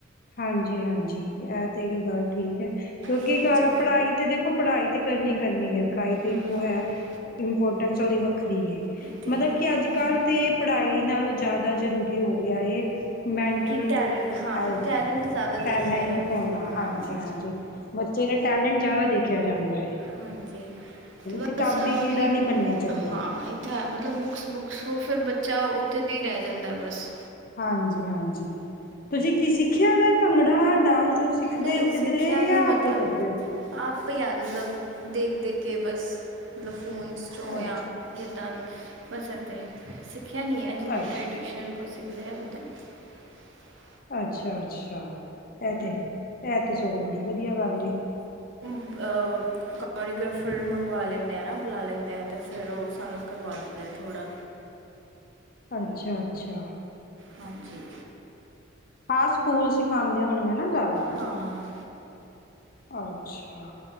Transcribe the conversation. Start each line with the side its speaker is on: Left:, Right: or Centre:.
Left: ਹਾਂਜੀ ਹਾਂਜੀ ਜੀ ਇਹ ਤੇ ਇਹ ਗੱਲ ਠੀਕ ਐ ਕਿਉਂਕਿ
Right: ਹਾਂਜੀ
Left: ਕਲ ਪੜ੍ਹਾਈ ਤੇ ਦੇਖੋ ਪੜ੍ਹਾਈ ਤੇ ਕਰਨੀ ਕਰਨੀ ਐ ਪੜ੍ਹਾਈ ਤੇ
Right: ਹਮ
Left: ਇੱਕ ਹੈ ਇੰਪੋਰਟੈਂਸ <unintelligible> ਵੱਖਰੀ ਏ
Right: ਇਹ ਤੇ
Left: ਮਤਲਬ
Right: ਹੈ
Left: ਕਿ ਅੱਜ
Right: ਹਮ,
Left: ਕੱਲ੍ਹ ਤੇ ਪੜ੍ਹਾਈ ਨਾਲੋਂ ਜ਼ਿਆਦਾ ਜ਼ਰੂਰੀ ਹੋ ਗਿਆ ਏ ਮੈਂਟਲ
Right: ਕਿ ਟੈਲੈਂਟ ਹਾਂ
Left: ਹੈਲਥ
Right: ਟੈਲੈਂਟ ਜ਼ਿਆਦਾ
Left: ਟੈਲੈਂਟ
Right: ਦੇਖਦੇ ਆ
Left: ਹੋਨਾ
Right: ਹਮ,
Left: ਹਾਂਜੀ ਹਾਂਜੀ ਬੱਚੇ ਦੇ ਟੈਲੈਂਟ ਜ਼ਿਆਦਾ ਦੇਖਿਆ ਜਾਂਦਾ ਏ
Right: ਹਾਂਜੀ ਤੇ ਬਸ
Left: ਕਿਤਾਬੀ ਕੀੜਾ
Right: ਹੀ
Left: ਨੀ ਬਨਾ ਚਾਹੀਦਾ
Right: ਹਾਂ ਇਹ ਤਾਂ ਹੈ ਮਤਲਬ ਉਹ ਫਿਰ ਬੱਚਾ ਓਥੇ ਦੀ ਰੈ ਜਾਂਦਾ ਬਸ।
Left: ਹਾਂਜੀ-ਹਾਂਜੀ ਤੁਸੀ ਕੀ ਸਿੱਖਿਐ ਭੰਗੜਾ ਡਾਂਸ ਡੂਸ ਸਿੱਖਦੇ
Right: ਨਹੀਂ
Left: ਹੋ
Right: ਸਿੱਖਿਆ
Left: ਕਿੱਧਰੇ
Right: ਨਹੀਂ
Left: ਜਾਂ
Right: ਮਤਲਬ
Left: ਆਪੇ ਕਰਦੇ ਹੋ?
Right: ਅੱਪੇ ਅਜੂਗਾ ਦੇਖ-ਦੇਖ ਕੇ ਬਸ ਮਤਲਬ। <unintelligible> ਹੋਆ
Left: ਅੱਛਾ।
Right: ਜਿੱਦਾ ਵੀ। ਬੱਸ ਏਦਾਂ ਈ ਸਖਿਆ ਨੀ ਐ
Left: ਅੱਛਾ,
Right: ਜਵੇਂ ਟਰੈਡੀਸ਼ਨਲ <unintelligible>
Left: ਅੱਛਾ ਅੱਛਾ ਇਹ ਤੇ ਇਹ ਤੇ ਸਗੋ ਬੜੀ ਵਧੀਆ ਗੱਲ ਏ।
Right: ਕੋਰੀਗ੍ਰਾਫਰ ਮੰਗਵਾ ਲੈਂਨੇ ਆ ਨਾ ਬੁਲਾ ਲੈਂਨੇ ਆ ਤੇ ਫਿਰ ਉ ਸਾਨੂੰ ਕਰਵਾ ਦਿੰਦੇ ਆ ਥੋੜ੍ਹਾ।
Left: ਅੱਛਾ-ਅੱਛਾ
Right: ਹਾਂਜੀ
Left: ਹਾਂ ਸਕੂਲ ਸਿਖਾਉਂਦੇ ਹੋਣੇ ਆ ਨਾ ਜ਼ਿਆਦਾ।
Right: ਹਾਂ
Left: ਅੱਛਾ